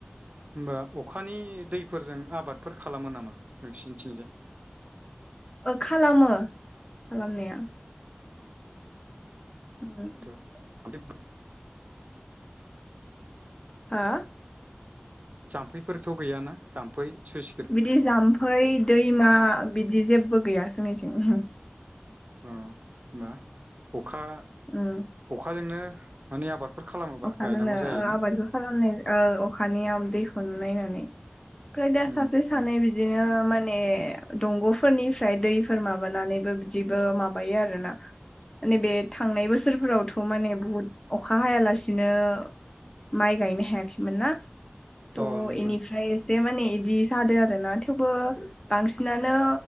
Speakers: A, on the right; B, on the left.
A: होमबा अखानि दैफोरजों आबादफोर खालामा नामा नोंसिनिथिंजाय?
B: ओ खालामो खालामनाया। <unintelligible>
A: <unintelligible>
B: हा
A: जाम्फैफोरथ' गैयाना जाम्फै सुइस
B: बिदि जाम्फै दैमा बिदि जेबो गैया जोंनिथिं उमहु।
A: अ होमबा अखा
B: उम
A: अखाजोंनो माने आबादफोर खालामोबा
B: अखाजोंनो
A: गायनांगौ जायो
B: ओ
A: ना?
B: आबादखौ खालामनाय ओ अखानियाव दैखौनो नायनानै ओमफ्राय दा
A: उम
B: सासे सानै
A: उम
B: बि बिदिनो माने दंग'फोरनिफ्राय दैफोर माबानानैबो बिदिबो माबायो आरोना।
A: <inaudible>
B: माने बे थांनाय बोसोरफोरावथ' माने बुहुत अखा हायालासि बिदिनो माइ गायनो हायाखैमोन ना थ'
A: अ नंगौ
B: इनिफ्राय दे माने बिदि जादों आरोना थेवबो बांसिनानो